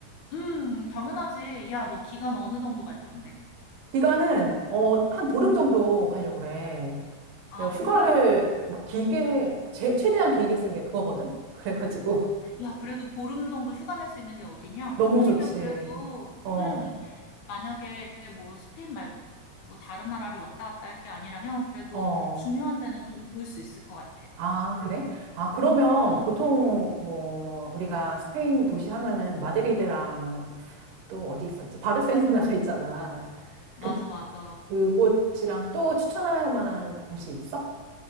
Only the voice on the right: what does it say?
기간은, 어, 한 보름 정도 가려고 그래.
내가 휴가를
막 길게, 제, 최대한 길게 쓴 게 그거거든? 그래가지고.
<laughs> 너무
좋지.
어,
어.
아, 그래? 아, 그러면
보통 뭐 우리가 스페인 도시 하면은 마드리드랑 또 어디 있었지? 바르셀로나가 <laughs> 있잖아.
그
그곳이랑 또 추천할 만한 곳이 있어?